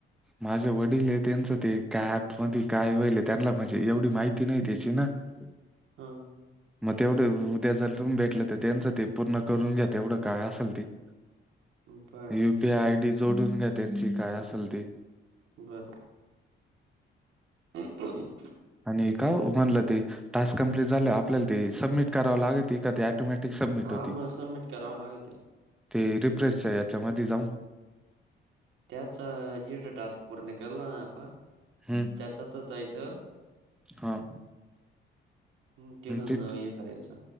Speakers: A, in the centre; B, on the right.
A: माझे वडील ये त्यांचं ते काॅप मध्ये काय व्हायलय त्यांना म्हणजे एवढी माहिती नाही त्याची ना. ह्.
B: हां
A: मग तेवढं उद्या जर तुम्ही भेटलं तर त्यांचं ते पूर्ण करून घ्या तेवढं काय असलं ते <inaudible>
B: बरं- बरं
A: युपीआय आयडी जोडून घ्या त्यांची काय असेल ते
B: बरं <inaudible>
A: आणि काव म्हणलं ते टास्क कम्प्लीट झालंवर आपल्याला ते सबमिट करावं लागते ऑटोमॅटिक सबमिट
B: हा
A: होती
B: मग सबमिट करावं लागत
A: ते रिप्रेश याच्यामध्ये जाऊन
B: त्याचा जेवढा टास्क पूर्ण केला ना मग
A: हम्म
B: त्याचातच जायचं
A: हा
B: हम्म तिकडुन
A: ते
B: ना हे करायचं